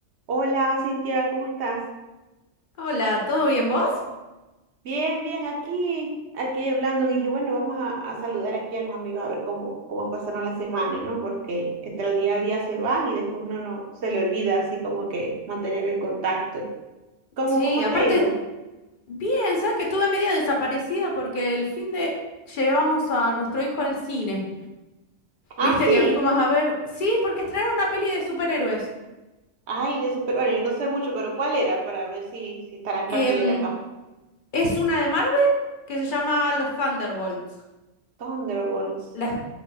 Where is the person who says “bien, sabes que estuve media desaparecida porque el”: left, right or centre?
Left